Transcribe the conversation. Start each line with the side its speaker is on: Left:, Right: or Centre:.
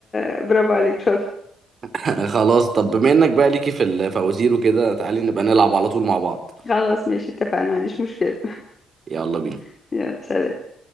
Left: آه، برافو عليك شاطر
Right: <laughs> خلاص طب بما انك بقى ليكي في الفوازير وكده تعالي نبقى نلعب على طول مع بعض
Left: خلاص ماشي اتفقنا ما عنديش مشكلة
Right: يلا بينا
Left: <laughs> يلا سلام